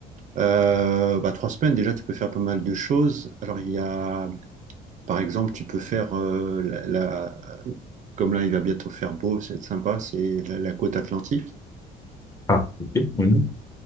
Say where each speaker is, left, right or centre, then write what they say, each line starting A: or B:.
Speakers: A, on the right (about 45°); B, on the left (about 20°).
A: Euh, bah, trois semaines déjà, tu peux faire pas mal de choses. Alors il y a, par exemple, tu peux faire euh, la, la- comme là il va bientôt faire beau, c'est sympa, c'est la, la côte atlantique.
B: Ah, ok. mhm.